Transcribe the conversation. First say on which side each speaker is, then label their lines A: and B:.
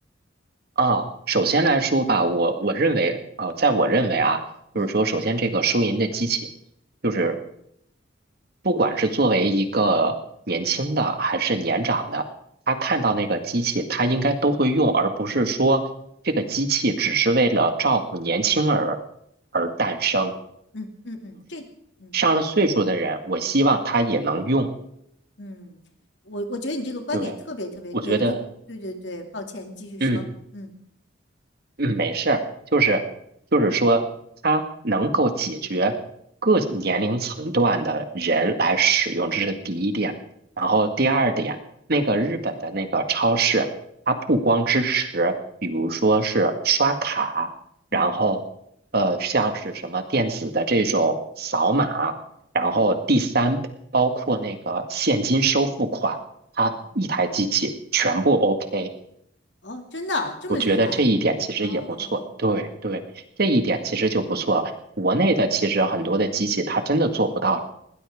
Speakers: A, on the right (about 55°); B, on the left (about 65°).
A: 哦，首先来说吧，我我认为，啊，在我认为啊，就是说，
B: 嗯
A: 首先这个收银的机器，就是不管是作为一个年轻的还是年长的，他看到那个机器，他应该都会用，而不是说这个机器只是为了照顾年轻儿而诞生。
B: 嗯嗯嗯，这。嗯
A: 上了岁数的人，我希望他也能用。
B: 嗯，我我觉得你这个观点特别特别对，
A: 对，我觉得，
B: 因对对对，抱歉，你继续说。
A: 嗯。
B: 嗯
A: 嗯，没事儿，就是就是说，它能够解决各年龄层段的人来使用，这是第一点。然后第二点，
B: 嗯
A: 那个日本的那个超市，它不光支持，比如说是刷卡，
B: 嗯
A: 然后呃，像是什么电子的这种扫码，然后第三，
B: 嗯
A: 包括那个现金收付款，它一台机器全部
B: 嗯，
A: OK。
B: 哦，真的啊这么厉害啊？
A: 我觉得这一点其实也不错，
B: 哦，
A: 对对，这一点其实就不错。国内的其实很多的机器它真的做不到，